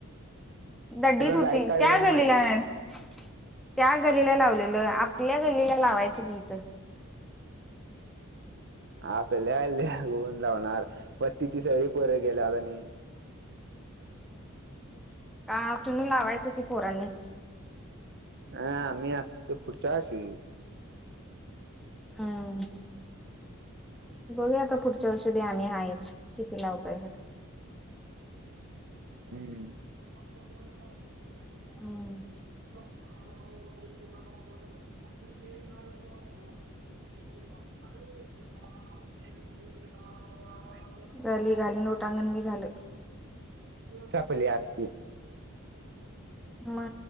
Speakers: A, in the centre; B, on the right.
A: दड्डीत होती
B: लाईट काढायला
A: त्या
B: नाही
A: गल्लीला
B: माहित
A: नाय. त्या गल्लीला लावलेलं आपल्या गल्लीला लावायचं की इथं.
B: आपल्याले कोणं लावणार म ती ती सगळी पोर गेल्यात आणि
A: का तुम्ही लावायचं की पोरांनी
B: आ मी आत पुढच्या वर्षी
A: अं बघूया आता पुढच्या वर्षी की बी आम्ही हायेच किती लावतायसा ते
B: हम्म <inaudible>
A: हूं
B: <unintelligible> <unintelligible> <unintelligible>
A: झाली घालीन लोटांगण बी झालं.
B: सापली आरती.
A: म